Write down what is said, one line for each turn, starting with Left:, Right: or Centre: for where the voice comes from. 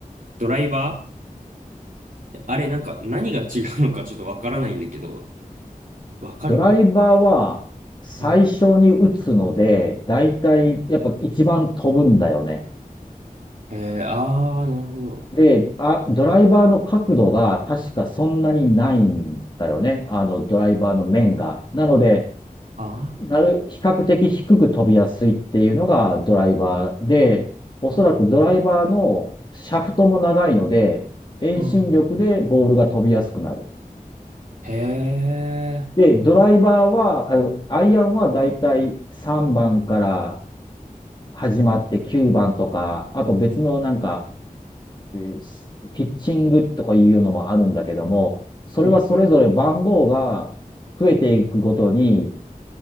Right: ドライバーってあれ、なんか、何が違うのかちょっとわからないんだけど、わかる
Left: ドライバーは最初に打つので、
Right: うん。
Left: だいたいやっぱ一番飛ぶんだよね。
Right: へえ、ああ、なるほど。
Left: で、あ、ドライバーの角度が確かそんなにないんだよね。あの、ドライバーの面が。なので、
Right: あ
Left: なる、比較的低く飛びやすいっていうのがドライバーで、おそらくドライバーのシャフトも長いので、遠心力でボールが飛びやすくなる。
Right: あ、うん。へえ、
Left: で、ドライバーは、あの、アイアンはだいたい3番から始まって9番とか、あと別のなんか、えーピッチングとかいうのもあるんだけども、それはそれぞれ番号が増えていくごとに、
Right: うんうん。